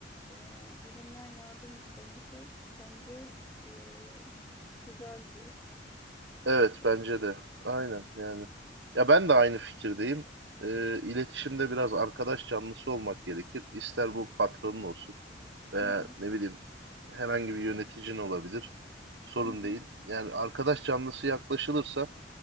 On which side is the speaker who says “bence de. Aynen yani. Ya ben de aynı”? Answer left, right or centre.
Right